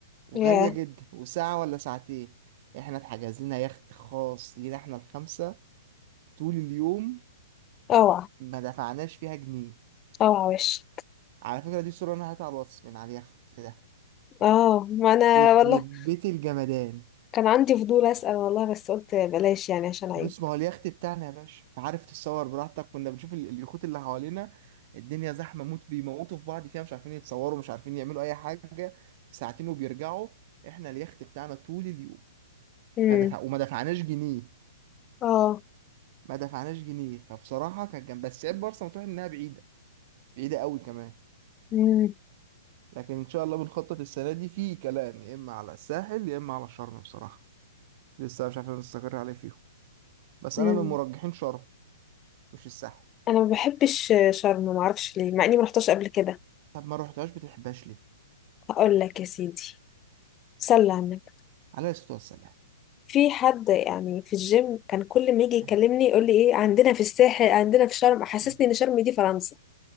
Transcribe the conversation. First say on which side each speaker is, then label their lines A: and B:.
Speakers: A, on the right; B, on the left.
A: وغاليه
B: يا
A: جدا وساعه ولا ساعتين احنا اتحجز لنا يخت خاص لينا احنا الخمسه طول اليوم
B: اوعى
A: ما دفعناش فيها جنيه
B: اوعى وش
A: على فكره دي صوره انا هاتها على الواتس من على اليخت ده
B: اه ما انا
A: يخرب
B: والله
A: بيت الجمدان
B: كان عندي فضول اسأل والله بس قلت بلاش يعني عشان عيب
A: بص ما هو اليخت بتاعنا يا باشا فعارف تتصور براحتك كنا بنشوف ال- اليخوت اللي حوالينا الدنيا زحمة موت بيموتوا في بعض فيها مش عارفين يتصوروا مش عارفين يعملوا أي حاجة ساعتين وبيرجعوا احنا اليخت بتاعنا طول اليوم
B: امم
A: ما دفع وما دفعناش جنيه
B: اه
A: ما دفعناش جنيه فبصراحة كان جنب بس عيب مرسى مطروح إنها بعيدة بعيدة قوي كمان
B: امم
A: لكن إن شاء الله بنخطط السنة دي في كلام يا إما على الساحل يا إما على شرم بصراحة لسه مش عارفين نستقر عليه فيهم بس
B: امم
A: أنا من مرجحين شرم مش الساحل
B: انا ما بحبش شرم ما اعرفش ليه مع اني ما رحتش قبل كده
A: طب ما روحتهاش بتحبهاش ليه
B: هقول لك يا سيدي صلي على النبي
A: عليه الصلاة والسلام
B: في حد يعني في الجيم كان كل ما يجي يكلمني
A: حلو
B: يقول لي ايه عندنا في الساحل عندنا في شرم حسسني
A: مم.
B: ان شرم دي فرنسا